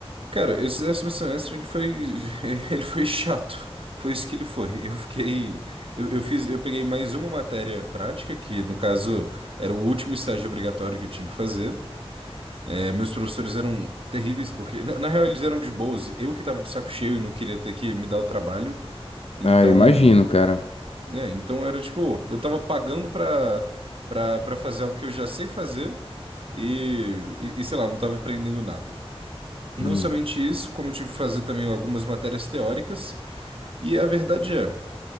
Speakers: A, on the right (about 60°); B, on the left (about 75°).
A: cara, esse décimo semestre ele foi, <laughs> ele foi chato. Foi isso que ele foi. Eu fiquei, eu, eu fiz, eu peguei mais uma matéria prática, que no caso era o último estágio obrigatório que eu tinha que fazer. É, meus professores eram terríveis, porque, na, na real, eles eram de boas. Eu que tava de saco cheio e não queria ter que me dar o trabalho. Então,
B: Ah, eu imagino, cara.
A: né? Então era tipo, eu tava pagando pra, pra, pra fazer algo que eu já sei fazer e, e, e, sei lá, não tava aprendendo nada. Não
B: Hum.
A: somente isso, como eu tive que fazer também algumas matérias teóricas. E a verdade é,